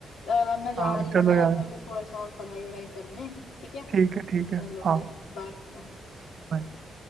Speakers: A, on the left (about 80°); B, on the right (about 60°).
A: अ, मैं जा
B: हाँ
A: रही हूँ
B: चलो
A: ना यार
B: यार
A: मेरे को थोड़ा सा और पढ़ाई वढ़ाई करने ठीक है
B: ठीक है ठीक है
A: चलो
B: हाँ
A: फिर बाय बाय
B: bye.